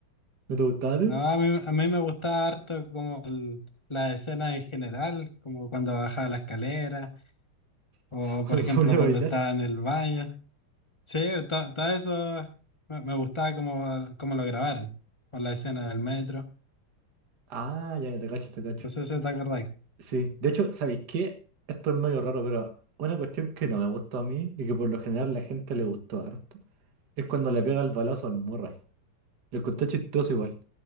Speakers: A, on the right (about 50°); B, on the left (about 15°).
A: ¿No te gustaba a ti?
B: No, a mí, a mí me gusta harto como el- la escena en general, como cuando baja la escalera o
A: <laughs>
B: por
A: Cuando
B: ejemplo
A: se ponía
B: cuando
A: a bailar.
B: está en el baño. Sí, to- todo eso me, me gustaba como, como lo grabaron con la escena del metro.
A: Ah, ya, ya te cacho, te cacho.
B: No sé si te acordáis.
A: Sí. De hecho, ¿sabéis qué? Esto es medio raro, pero una cuestión que no me gustó a mí y que por lo general la gente le gustó harto es cuando le pega el balazo al Murray. Lo encontré chistoso igual.